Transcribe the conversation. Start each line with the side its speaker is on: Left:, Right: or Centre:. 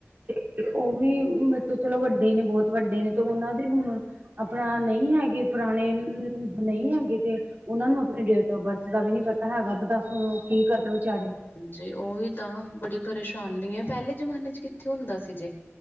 Right: ਤੇ ਉਹ ਵੀ ਮੇਰੇ ਚਲੋ ਵੱਡੇ ਨੇ ਬਹੁਤ ਵੱਡੇ ਨੇ ਤੇ ਉਹਨਾਂ ਦੇ ਹੁਣ ਆਪਣਾ ਨਹੀਂ ਹੈਗੇ ਪੁਰਾਣੇ ਨਹੀਂ ਹੈਗੇ ਤੇ ਉਹਨਾਂ ਨੂੰ ਆਪਣੀ ਡੇਟ ਆਫ ਬਰਥ ਦਾ ਵੀ ਨੀ ਪਤਾ ਹੈਗਾ ਦੱਸ ਕੀ ਕਰਨਾ ਵਿਚਾਰੇ
Left: ਜੇ ਉਹੀ ਤਾਂ ਬੜੀ ਪਰੇਸ਼ਾਨੀ ਹੈ। ਪਹਿਲੇ ਜਮਾਨੇ ਚ ਕਿੱਥੇ ਹੁੰਦਾ ਸੀ। ਜੇ